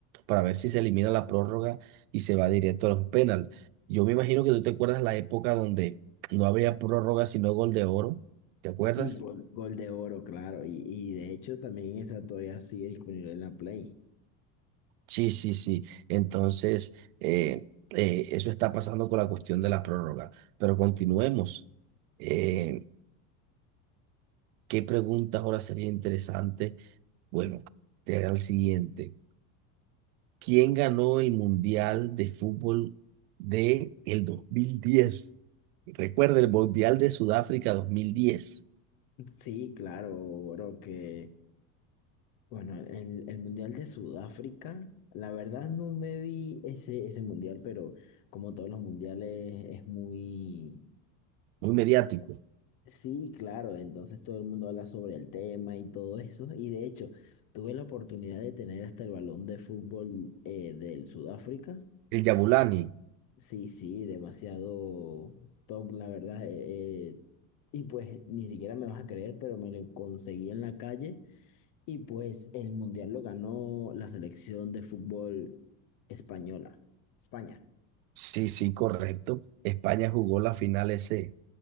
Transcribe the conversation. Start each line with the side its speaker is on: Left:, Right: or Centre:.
Right: para ver si se elimina la prórroga y se va directo a los penal. Yo me imagino que tú te acuerdas la época donde no habría prórroga sino gol de oro. ¿Te acuerdas?
Left: Sí, Gol, gol de oro, claro, y, y de hecho también esa todavía sigue disponible en la Play.
Right: Sí, sí, sí. Entonces, eh, eh, eso está pasando con la cuestión de la prórroga. Pero continuemos. Eh, ¿qué pregunta ahora sería interesante? Bueno, te haré el siguiente. ¿Quién ganó el Mundial de Fútbol de el 2010? Recuerda el Mundial de Sudáfrica 2010.
Left: Sí, claro, bro, que Bueno, el, el Mundial de Sudáfrica, la verdad no me vi ese, ese mundial, pero como todos los mundiales es muy...
Right: muy mediático.
Left: Sí, claro, entonces todo el mundo habla sobre el tema y todo eso. Y de hecho, tuve la oportunidad de tener hasta el balón de fútbol eh, del Sudáfrica.
Right: El Yabulani.
Left: Sí, sí, demasiado top, la verdad. eh, eh, y pues ni siquiera me vas a creer, pero me lo conseguí en la calle. Y pues el mundial lo ganó la selección de fútbol española, España.
Right: Sí, sí, correcto. España jugó la final ese,